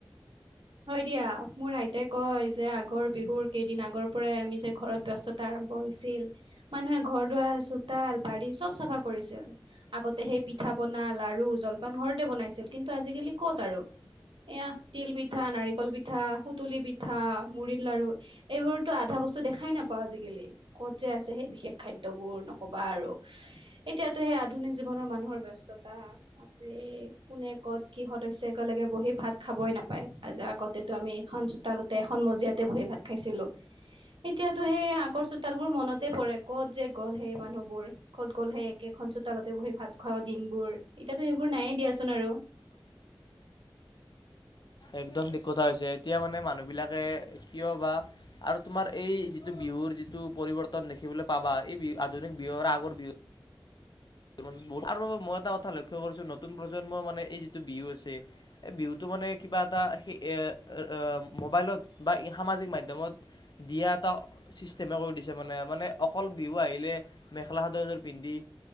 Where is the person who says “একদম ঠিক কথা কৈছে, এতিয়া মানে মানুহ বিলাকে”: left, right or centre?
Left